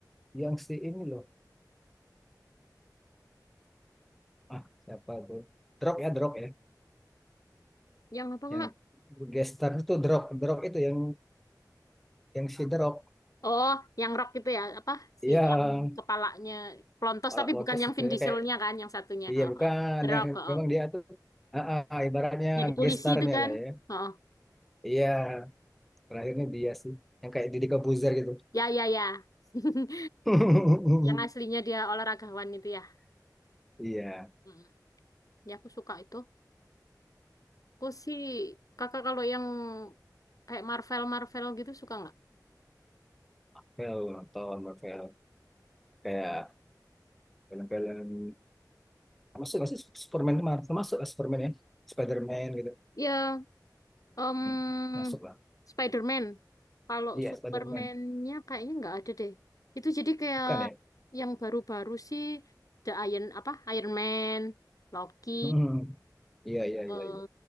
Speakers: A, in the centre; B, on the left.
A: Yang si ini loh. Ah, siapa tuh? Drop ya, Drop ya.
B: yang apa
A: Yang
B: kak?
A: gestar itu Drop, Drop itu yang yang si Drop
B: Oh, yang rock itu ya, apa
A: yang
B: sih yang kepalanya pelontos
A: pala
B: tapi
A: potos
B: bukan yang
A: itu
B: Vin
A: ya
B: Dieselnya
A: kayak
B: kan, yang satunya.
A: iya
B: Oh,
A: bukan
B: oh. The
A: yang
B: Rock, oh,
A: memang
B: oh.
A: dia tuh ah, ah, ah, ibaratnya
B: Jadi polisi
A: gestarnya
B: itu kan.
A: lah ya.
B: Oh, oh.
A: Iya, terakhirnya dia sih yang kayak Didi Kebuzer gitu.
B: ya ya ya. <laughs>
A: <laughs>
B: Yang aslinya dia olahragawan itu ya.
A: Iya,
B: Mm. Ya aku suka itu. Aku sih kakak kalau yang kayak Marvel Marvel gitu suka nggak?
A: film nonton film kayak film-film masuk masih Superman itu Marvel masuk lah Superman ya Spiderman gitu
B: Ya Em,
A: Hmm, masuk lah
B: Spider-Man. Kalau
A: iya
B: Superman-nya
A: Spiderman
B: kayaknya nggak ada deh. Itu jadi kayak
A: bukan ya
B: yang baru-baru sih The Iron apa Iron Man, Loki,
A: Hmm, iya iya
B: eh
A: iya iya